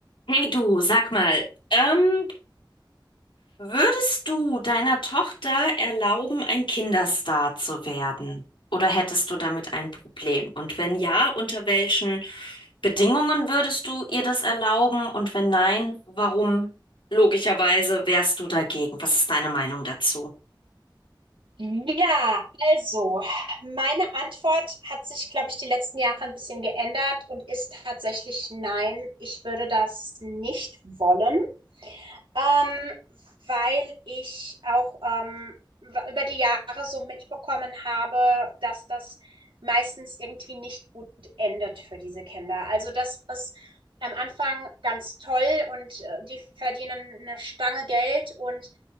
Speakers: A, on the left; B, on the right.
A: Hey du, sag mal, ähm, würdest du deiner Tochter erlauben, ein Kinderstar zu werden? Oder hättest du damit ein Problem? Und wenn ja, unter welchen Bedingungen würdest du ihr das erlauben? Und wenn nein, warum logischerweise wärst du dagegen? Was ist deine Meinung dazu?
B: Ja, also meine Antwort hat sich, glaube ich, die letzten Jahre ein bisschen geändert und ist tatsächlich nein, ich würde das nicht wollen. Ähm, weil ich auch ähm, w- über die Jahre so mitbekommen habe, dass das meistens irgendwie nicht gut endet für diese Kinder. Also das ist am Anfang ganz toll und äh, die verdienen eine Stange Geld und